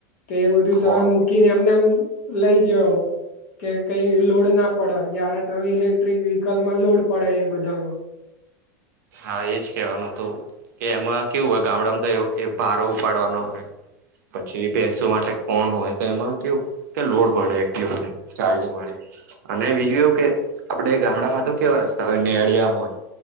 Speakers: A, on the left (about 55°); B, on the right (about 80°).
A: તે એ બધું
B: ફોન
A: તમે મૂકીને એમને એમ લઈ જાઓ કે કઈ લોડ ના પડે જયારે તમે ઇલેક્ટ્રિક વ્હીકલમાં લોડ પડે એ બધાનો
B: હા એજ કેવાનું હતું કે એમાં કેવું હોય ગામડામાં તો ભારો ઉપાડવાનો હોય પછી ભેસો માટે કોણ હોય તો એમાં કેવું કે લોડ પડે એક્ટિવા ચાર્જિંગ વાળી અને બીજું એવું કે આપડે ગામડામાં તો કેવા રસ્તા હોય નેળિયા હોય